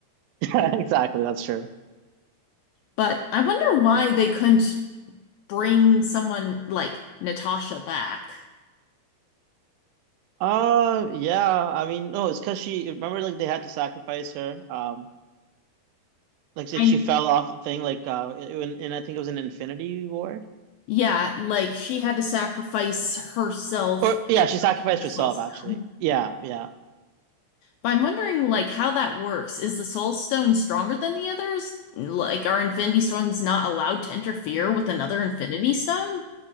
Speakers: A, on the right; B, on the left.
A: <laughs> Exactly, that's true.
B: But I wonder why they couldn't bring someone like Natasha back.
A: Uh, yeah. I mean, no, it's because she remember like they had to sacrifice her. Um, like, like
B: I
A: she fell off the thing. Like, uh, in, in I think it was an Infinity Ward.
B: yeah, like she had to sacrifice herself
A: Or
B: in
A: yeah,
B: order
A: she sacrificed
B: to get the
A: herself
B: Soul Stone.
A: actually. Yeah, yeah,
B: But I'm wondering like how that works. Is the Soul Stone stronger than the others? Like are Infinity Stones not allowed to interfere with another Infinity Stone?